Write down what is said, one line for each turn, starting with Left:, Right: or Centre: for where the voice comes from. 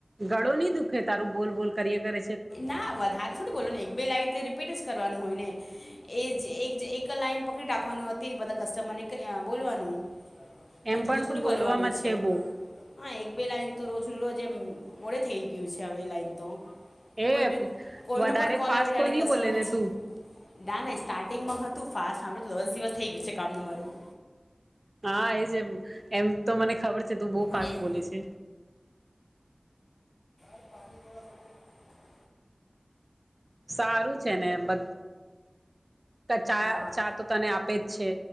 Right: ગળો નહી દુખે તારું બોલ બોલ કરીએ કર.
Left: ના વધારે થોડી બોલો ને એક બે લાઇટ જે રિપીટ કરવાનું હોય ને એ જ એક એક લાઈન પકડી રાખવાનું તે જ બધા કસ્ટમરને કઈ બોલવાનું. કઈ
Right: એમ
Left: જુદું
Right: પણ
Left: થોડું
Right: તું બોલવામાં
Left: બોલવાનું છે
Right: બો
Left: હ એક બે લાઈન તો રોજ ન રોજ એમ મોડે થઈ ગયું છે હવે એ લાઈન તો.
Right: એ
Left: કોઈ બી કોઈનો
Right: વધારે
Left: પણ કોલ
Right: ફાસ્ટ
Left: આવે જાણે
Right: તો નહી
Left: કસ્ટમર
Right: બોલે ને
Left: છે
Right: તું.
Left: ના ના સ્ટાર્ટિંગમાં હતું ફાસ્ટડ દસ દિવસ થઈ ગયું છે કામનું મારું.
Right: હા એજ એમ તો મને ખબર છે તું બો ફાસ્ટ
Left: હમ
Right: બોલે છે.
Left: <inaudible>
Right: સારું છે ને બદ ચા
Left: હા
Right: ચા તો તને આપે છે